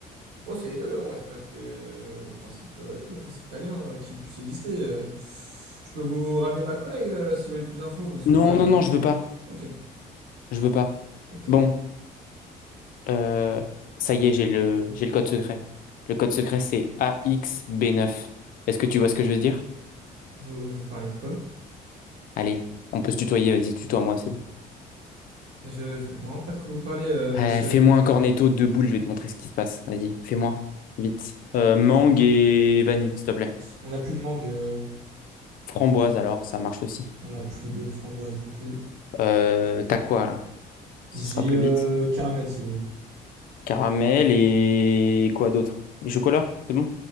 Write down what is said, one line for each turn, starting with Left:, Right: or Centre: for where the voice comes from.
Right: Bon, c'est les deux, on respecte le, le principe, euh, tous les principes italiens euh, qui puissent exister. euh. Je peux vous ramener ma collègue euh, si vous voulez plus d'infos, parce que
Left: Non,
Right: là... euh,
Left: non, non, je veux pas.
Right: Ok,
Left: Je veux pas.
Right: ok.
Left: Bon, euh, ça y est, j'ai le, j'ai le code secret. Le code secret, c'est a x b neuf Est-ce que tu vois ce que je veux dire?
Right: Vous, vous parlez de quoi?
Left: Allez, on peut se tutoyer, vas-y, tutoie-moi, c'est bon.
Right: Je, je comprends vraiment pas de quoi vous parlez, euh, monsieur
Left: Euh, fais-moi
Right: là.
Left: un cornetto de boules, je vais te montrer ce qui se passe. Vas-y, fais-moi, vite. Euh, mangue
Right: Euh,
Left: et vanille, s'il te plaît.
Right: On n'a plus de mangue, euh,
Left: Framboise, alors, ça marche aussi.
Right: on n'a plus de framboise non plus.
Left: Euh, t'as quoi, là? Ce
Right: J'ai
Left: sera plus
Right: euh,
Left: vite.
Right: caramel si vous voulez.
Left: Caramel et quoi d'autre? chocolat, c'est bon?